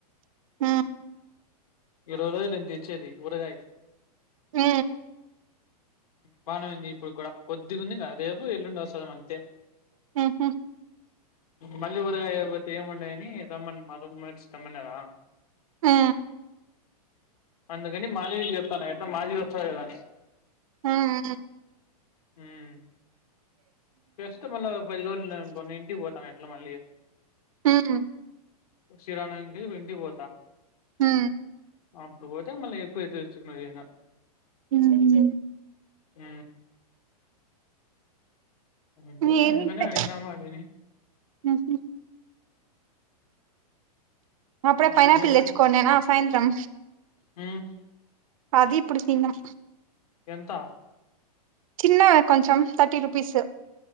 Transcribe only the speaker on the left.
ఇరవై రోజులు అయింది తేచ్చే అది ఊరగాయ
బానేయింది ఇప్పుడు కూడా కొద్దిగాంది రేపు ఎల్లుండి వస్తుంద అంతే
మళ్ళీ ఊరగాయ ఏము ఉండయని రామన్న మా రూమ్మేట్ స్తమన్నరా
అందుకని మాల చెతా మాది వస్తు ఎలాని <inaudible>
ఉమ్మ్ చేస్తే మళ్ళ ఒక పది రోజులు ఉన్నా అనుకో నేను ఇంటికి పోతా నన్ ట్ల మళ్లీ
శ్రీరామనవమి కీ ఇంటికి పోతా
అప్పుడు పోతే మళ్ళీ ఎక్కువై తెచ్చుకున్న ఇయన
మ్మ్ అంటే
అందుకనే అడిగిన <unintelligible>
నేను ఇప్పుడు
మ్మ్
ఎంత